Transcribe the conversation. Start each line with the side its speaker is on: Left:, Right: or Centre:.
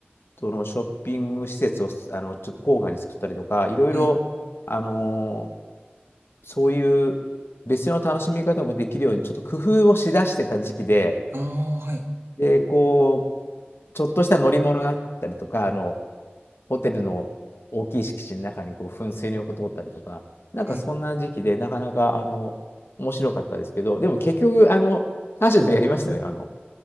Left: トのショッピング施設を、あの、ちょっと郊外に作ったりとか、いろいろ、
Right: はい、
Left: あの、そういう、別の楽しみ方もできるように、ちょっと工夫をしだしてた時期で、
Right: ああ、はい、
Left: で、こう、ちょっとした乗り物があったりとか、あの、ホテルの大きい敷地の中にこう噴水の横通ったりとか、なんかそんな時期で、
Right: はい、
Left: なかなか、あの、面白かったですけど、でも結局、あの、カジノやりましたね。あの、